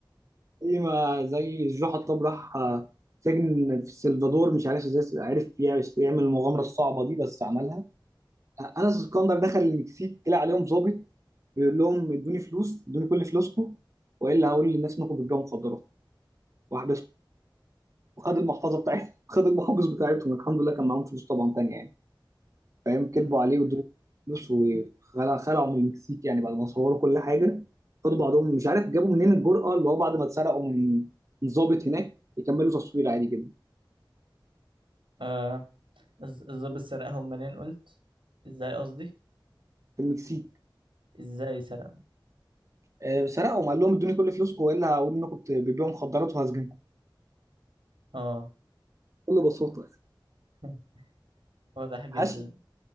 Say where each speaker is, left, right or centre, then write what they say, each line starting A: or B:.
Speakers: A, on the right (about 40°); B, on the right (about 80°).
A: زي ما زي الجو حطاب راح آه، سجن في السلفادور مش عارف ازاي عرف يعمل يعمل المغامره الصعبه دي بس عملها آه، انس اسكندر دخل المكسيك طلع عليهم ظابط بيقول لهم ادوني فلوس ادوني كل فلوسكم والا هقول للناس انكم بتبيعوا مخدرات واحبسكم وخد المحفظه بتاعتهم <laughs> خد المحافظ بتاعتهم الحمد لله كان معاهم فلوس طبعا تانية يعني فاهم كذبوا
B: مم.
A: عليه وادوني فلوس وخلعوا من المكسيك يعني بعد ما صوروا كل حاجه خدوا بعضهم مش عارف جابوا منين الجرأه اللي هو بعد ما اتسرقوا من من ضابط هناك يكملوا تصوير عادي جدا
B: آه الز- الظابط سرقهم منين قلت ازاي قصدي
A: في المكسيك
B: ازاي سرقهم
A: آه، سرقهم قال لهم ادوني كل فلوسكم والا هقول انكم بت- بتبيعوا مخدرات وهسجنكم
B: اه
A: بكل بساطه
B: <laughs> واضح جدا
A: حاسس